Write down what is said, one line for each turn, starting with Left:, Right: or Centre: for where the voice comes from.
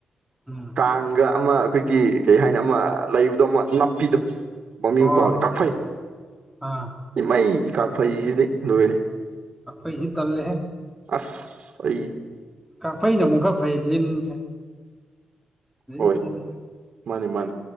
Centre: ꯎꯝ
Right: ꯀꯥꯡꯒ ꯑꯃ ꯑꯩꯈꯣꯏꯒꯤ ꯀꯩ ꯍꯥꯏꯅꯤ ꯑꯃ ꯂꯩꯕꯗꯣ ꯑꯃ ꯅꯥꯞꯄꯤꯗꯣ ꯃꯃꯤꯡ
Centre: ꯑꯣ
Right: ꯀꯥꯎꯔꯦ ꯀꯥꯐꯩ
Centre: ꯑꯥ
Right: ꯃꯩꯒꯤ ꯀꯥꯐꯩꯁꯤꯗꯤꯩ ꯂꯣꯏꯔꯦ
Centre: ꯑꯍꯤ ꯆꯜꯂꯦꯍꯦ
Right: ꯑꯁ ꯑꯩ
Centre: ꯀꯥꯛꯐꯩꯅ ꯑꯃꯨꯛ ꯈꯔ ꯐꯩ ꯂꯤꯟꯁꯦ ꯂꯖ
Right: ꯍꯣꯏ ꯃꯥꯅꯤ ꯃꯥꯅꯤ